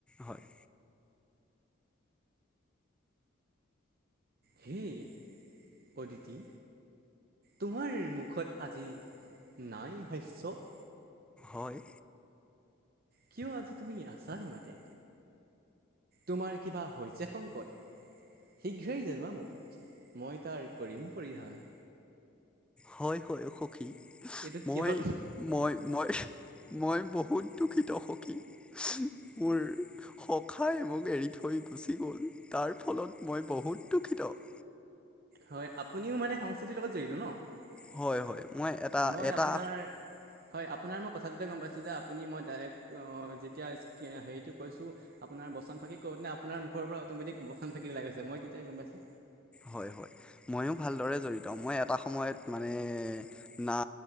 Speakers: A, in the centre; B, on the right (about 50°).
A: হয়,
B: হেই অদিতি তোমাৰ মুখত আজি নাই হাইছৱ।
A: হয়
B: কিয় আজি তুমি আছান মাদে, তোমাৰ কিবা হৈছে সংকট, শীঘ্ৰেই জোৱা মই তাৰ কৰিম পৰিধান
A: হয় হয় সখী
B: এইটো
A: মই
B: কিহৰ
A: মই মই মই বহুত দুখিত সখী মোৰ সখাই মোক এৰি থৈ গুচি গল তাৰ ফলত মই বহুত দুখিত উ <inaudible>
B: হয় আপুনিও মানে সংস্কৃতিৰ লগত জড়িত ন
A: হয়, হয়, মই এটা
B: মই
A: এটা
B: আপোনাৰ হয় আপোনাৰ মই কথাটোতে গম পাইছোঁ যে আপুনি মই ডাইৰেক্ট যেতিয়া হেৰিটো কৰিছোঁ আপোনাৰ বচন বাকী ক'বনে আপোনাৰ মুখৰ পৰা অট'মেটিক বচন ফাকি ওলাই গৈছে মই তেতিয়াই গম পাইছো
A: হয় হয় ময়ো ভালদৰে জড়িত মই এটা সময়ত মানে না